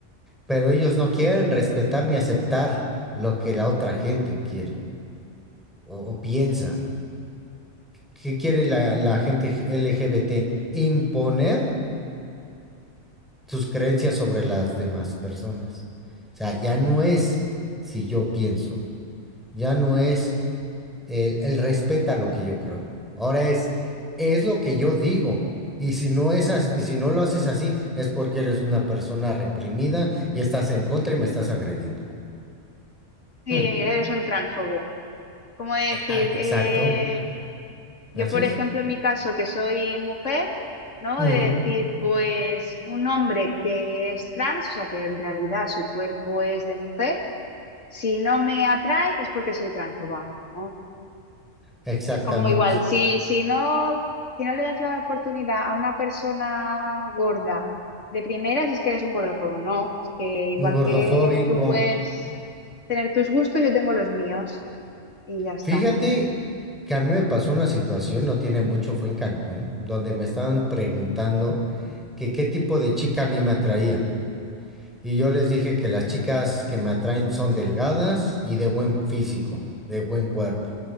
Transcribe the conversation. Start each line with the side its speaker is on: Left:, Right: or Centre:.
Centre: Pero ellos no quieren respetar ni aceptar lo que la otra gente quiere o, o piensa. ¿Qué quiere la, la gente g- LGBT? Imponer sus creencias sobre las demás personas. O sea, ya no es si yo pienso, ya no es El, el respeta lo que yo creo. Ahora es, es lo que yo digo. Y si no es as- y si no lo haces así, es porque eres una persona reprimida y estás en contra y me estás agrediendo.
Left: Sí,
Centre: Mm,
Left: eres un tránsfobo. Como decir,
Centre: eh, ah, exacto.
Left: eh, Yo,
Centre: Así
Left: por
Centre: es.
Left: ejemplo, en mi caso, que soy mujer, ¿no?
Centre: Ujú,
Left: De decir, pues un hombre que es trans, o sea, que en realidad su cuerpo es de mujer, si no me atrae es porque soy transfoba, ¿no?
Centre: Exactamente.
Left: Es como igual, si, si no, si no le das la oportunidad a una persona gorda de primeras, es que eres un gordofobo, ¿no? Es que igual
Centre: Un gordofóbico.
Left: que tú puedes tener tus gustos, yo tengo los míos y ya está.
Centre: Fíjate que a mí me pasó una situación, no tiene mucho, fue en Cancún, donde me estaban preguntando que qué tipo de chica a mí me atraía. Y yo les dije que las chicas que me atraen son delgadas y de buen físico, de buen cuerpo.